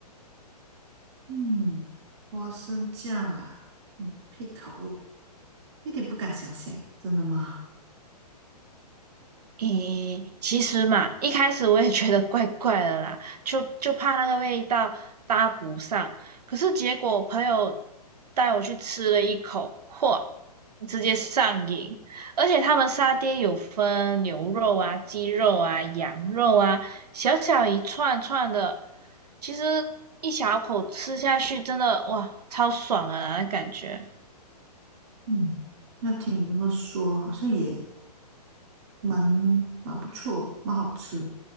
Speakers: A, on the right; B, on the right.
A: 嗯，花生酱啊，嗯，配烤肉，诶，一点不敢想象诶真的吗？
B: 咦，其实嘛，一开始我也觉得怪怪的啦，就就怕那个味道搭不上。可是结果我朋友带我去吃了一口，嚯，直接上瘾！而且他们沙爹有分牛肉啊、鸡肉啊、羊肉啊，小小一串串的，其实一小口吃下去，真的哇，超爽啊，那感觉。
A: 嗯，那听你这么说，好像也蛮蛮不错，蛮好吃。